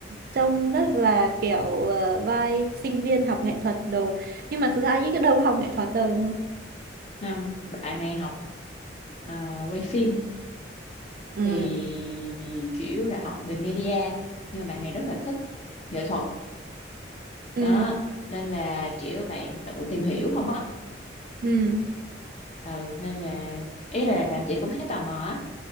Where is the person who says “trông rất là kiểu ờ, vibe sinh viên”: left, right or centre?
Right